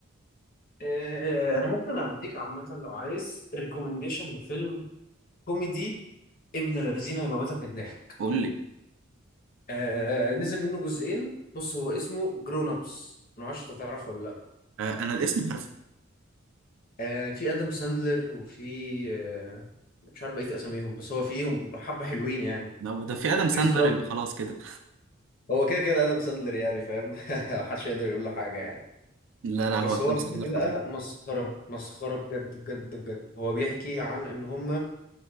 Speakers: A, on the left (about 45°); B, on the right (about 65°).
A: إيه انا ممكن اديك عامة لو عايز ريكومنديشن لفيلم كوميدي ابن الذين هيموتك من الضحك
B: قول لي
A: آه نزل منه جزئين بص هو اسمه جرون ابس انا ما اعرفش انت تعرفه ولا لا
B: آه انا الاسم عارفه
A: آه في ادم ساندلر وفي آه مش عارف بقيه اساميهم بس هو فيهم حبه حلوين يعني
B: لو ده في ادم
A: وكريس
B: ساندلر
A: روك
B: يبقى خلاص كده
A: هو كده كده ادم ساندلر يعني فاهم <laughs> محدش يقدر يقول له حاجه يعني
B: <laughs> لا لا
A: بس
B: هو ادم
A: هو فيلم
B: ساندلر فظيع
A: بقى مسخره مسخره بجد بجد بجد هو بيحكي عن ان هم